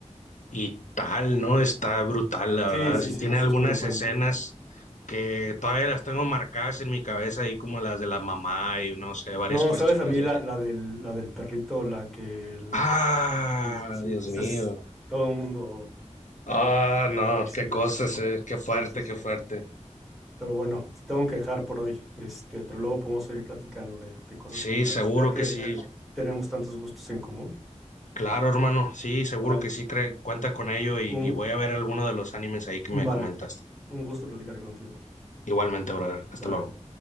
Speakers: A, on the left; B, in the centre.
A: Y tal, ¿no? Está brutal, la
B: Sí,
A: verdad.
B: sí,
A: Sí
B: sí,
A: tiene
B: es
A: algunas
B: muy bueno.
A: escenas que todavía las tengo marcadas en mi cabeza, ahí como las de la mamá y no sé, varias
B: No,
A: cuestiones.
B: sabes, a mí
A: ¿eh?
B: la, la del, la del perrito, la que el-
A: Ah,
B: Sí, sí, sí,
A: Dios
B: ese
A: mío.
B: es todo el mundo.
A: Ah, no,
B: reacciona
A: qué cosas,
B: a esa ¿no?
A: eh. Qué fuerte,
B: Sí, sí, sí.
A: qué fuerte.
B: Pero bueno, te tengo que dejar por hoy, este, pero luego podemos seguir platicando de, de cosas similares,
A: Sí, seguro
B: ya que
A: que sí.
B: tenemos tantos gustos en común.
A: Claro, hermano. Sí, seguro
B: Vale.
A: que sí. Cre- cuenta con ello y,
B: Un,
A: y voy a ver alguno de los animes ahí que
B: vale,
A: me comentaste.
B: un gusto platicar contigo.
A: Igualmente, brother. Hasta
B: Bye
A: luego.
B: bye.